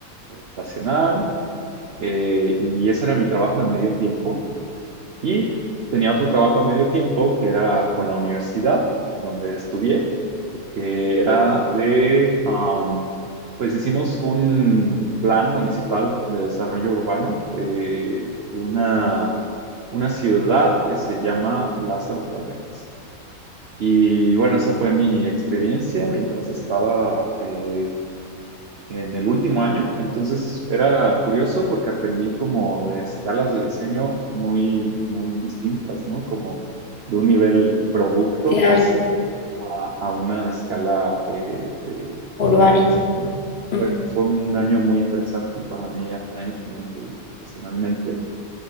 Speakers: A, on the right; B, on the left.
A: habitacional eh, y ese era mi trabajo de medio tiempo. Y tenía otro trabajo de medio tiempo que era con la universidad donde estudié, que era de, am, pues hicimos un plan municipal de desarrollo urbano de, de una, una ciudad que se llama Lázaro Cárdenas. Y bueno, esa fue mi experiencia mientras estaba eh, en el último año. Entonces era curioso porque aprendí como de escalas de diseño muy, muy distintas, ¿no? Como de un nivel producto
B: Claro,
A: casi a, a una escala eh, de,
B: urbanismo.
A: de urbanismo, ¿no?
B: Mm.
A: Fue, fue un año muy interesante para mí académicamente y profesionalmente.